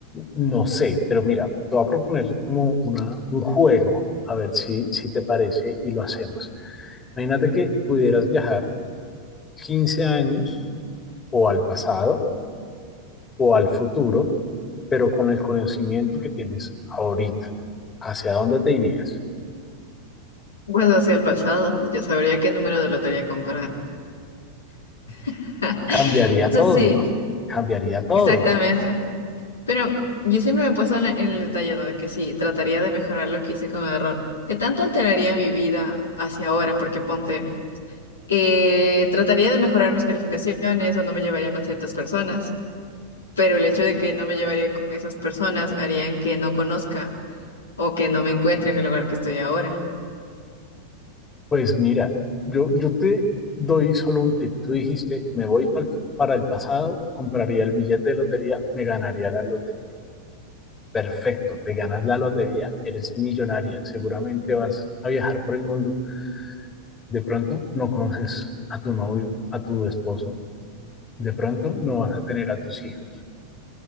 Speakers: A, on the left; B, on the left.
A: No sé, pero mira, te voy a proponer como una, un juego, a ver si, si te parece y lo hacemos. Imagínate que pudieras viajar 15 años o al pasado o al futuro pero con el conocimiento que tienes ahorita, ¿hacia dónde te irías?
B: Bueno, hacia el pasado, yo sabría qué número de lotería comprar. <laughs>
A: Cambiaría
B: O sea,
A: todo,
B: sí,
A: ¿no? Cambiaría todo.
B: exactamente. Pero yo siempre me he puesto en, la- en el detalle, ¿no? De que sí, trataría de mejorar lo que hice con el error. ¿Qué tanto alteraría mi vida hacia ahora? Porque ponte, eh, trataría de mejorar mis calificaciones o no me llevaría con ciertas personas, pero el hecho de que no me llevaría con esas personas harían que no conozca o que no me encuentre en el lugar que estoy ahora.
A: Pues mira, yo, yo te doy solo un tip. Tú dijiste, me voy para el, para el pasado, compraría el billete de lotería, me ganaría la lotería. Perfecto, te ganas la lotería, eres millonaria, seguramente vas a viajar por el mundo. De pronto no conoces a tu novio, a tu esposo, de pronto no vas a tener a tus hijos.